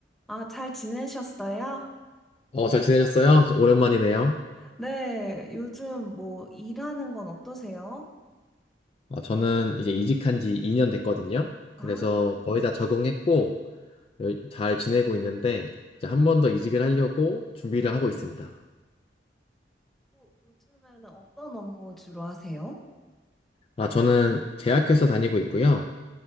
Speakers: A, in the centre; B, on the left.
A: 아, 잘 지내셨어요?
B: 어, 잘 지내셨어요? 오랜만이네요.
A: 네, 요즘 뭐 일하는 건 어떠세요?
B: 어, 저는 이제 이직한 지 2년 됐거든요.
A: 아,
B: 그래서 거의 다 적응했고, 여- 잘 지내고 있는데, 이제 한 번 더 이직을 하려고 준비를 하고 있습니다.
A: 어, 요즘에는 어떤 업무 주로 하세요?
B: 아, 저는 제약회사 다니고 있고요.